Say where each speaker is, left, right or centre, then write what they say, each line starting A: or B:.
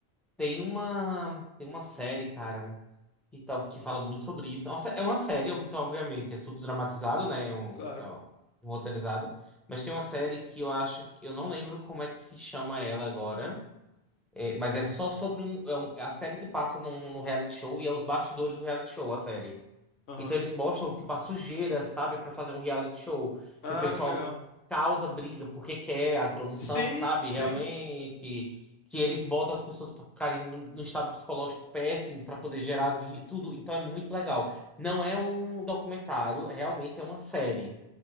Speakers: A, in the centre; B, on the left.
A: Tem uma, tem uma série, cara, que, tal, que fala muito sobre isso. É uma sé- é uma série, então, obviamente, é tudo dramatizado, né? É um,
B: Claro.
A: é um roteirizado. Mas tem uma série que eu acho que eu não lembro como é que se chama ela agora. É, mas é só sobre um, é um- A série se passa num, num reality show e é os bastidores do reality show, a série.
B: Aham.
A: Então eles mostram, tipo, a sujeira, sabe? Pra fazer um reality show.
B: Ah,
A: Que o pessoal
B: que legal.
A: causa briga porque quer a produção,
B: Sim,
A: sabe?
B: sim.
A: Realmente. Que eles botam as pessoas pra ficarem num, num estado psicológico péssimo pra poder gerar vi- tudo. Então é muito legal. Não é um documentário, realmente é uma série.